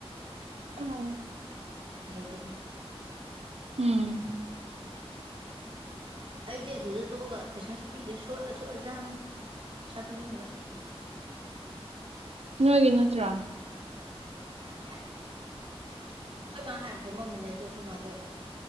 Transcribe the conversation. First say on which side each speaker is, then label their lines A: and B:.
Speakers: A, on the right; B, on the right.
A: ꯎꯝ꯫
B: ꯂꯩꯇꯦꯅꯦ
A: ꯎꯝ꯫
B: ꯑꯩꯗꯤ ꯑꯗꯨꯗ ꯊꯣꯛꯑꯒꯥ ꯄꯩꯁꯥꯁꯨ ꯄꯤꯗꯦ ꯁꯣꯠꯂ ꯁꯣꯠꯂ ꯆꯥꯕꯅꯦ ꯄꯩꯁꯥ ꯄꯤꯅꯤꯡꯗꯕ
A: ꯅꯣꯏꯒꯤ ꯅꯠꯇ꯭ꯔꯣ
B: ꯅꯠꯇꯦ ꯑꯈꯣꯏ ꯃꯥ ꯍꯟ ꯐꯝꯃꯝꯕꯅꯦ ꯑꯗꯨ ꯑꯩꯈꯣꯏ ꯃꯥꯗꯣ